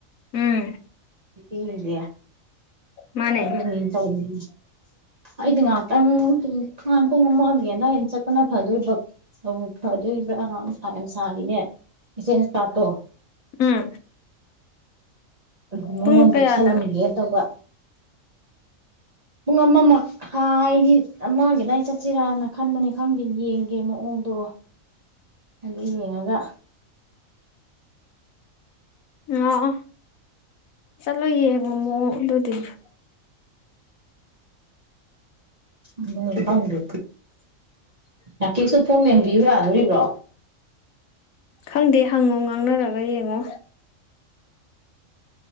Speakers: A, on the left; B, on the right.
A: ꯎꯝ
B: ꯌꯦꯗꯌꯥ
A: ꯃꯥꯅꯦ
B: ꯑꯗꯨꯅꯦ ꯇꯧꯅꯤꯡ ꯑꯩꯗꯤ ꯉꯍꯥꯛꯇꯪ ꯈꯥꯟ ꯄꯨꯡ ꯑꯃꯒꯤꯒꯅ ꯍꯩꯅ ꯆꯠꯄꯅ ꯐꯗꯣꯏꯕ ꯑꯣ ꯏ ꯑꯗꯨ ꯐꯥꯏꯝ ꯁꯥꯗꯅꯦ ꯁꯦ ꯇꯥꯇꯣ
A: ꯎꯝ
B: ꯑꯗꯨ ꯃꯉꯣꯟꯗ
A: ꯄꯨꯡ ꯀꯌꯥꯗꯅꯣ
B: ꯄꯤꯁꯜꯂꯝꯒꯦ ꯇꯧꯕ ꯄꯨꯡ ꯑꯃ ꯃꯈꯥꯏꯒꯤ ꯑꯃꯒꯤꯗꯥꯏ ꯆꯠꯁꯤꯔꯅ ꯈꯟꯕꯅꯤ ꯈꯪꯗꯦ ꯌꯦꯡꯒꯦ ꯃꯑꯣꯡꯗꯣ ꯑꯗꯨ ꯌꯦꯡꯉꯒꯥ
A: ꯑꯣ ꯆꯠꯂꯣ ꯌꯦꯡꯉꯣ ꯃꯑꯣꯡ ꯑꯗꯨꯗꯤ <inaudible>
B: ꯑꯗꯨꯅꯤ ꯈꯡꯗꯦ ꯔꯥꯀꯦꯁꯇꯣ ꯐꯣꯝ ꯃꯦꯟ ꯕꯤꯌꯨ ꯌꯥꯗꯣꯔꯤꯕ꯭ꯔꯣ
A: ꯈꯪꯗꯦ ꯍꯪꯉꯣ ꯉꯥꯡꯅꯔꯒ ꯌꯦꯡꯉꯣ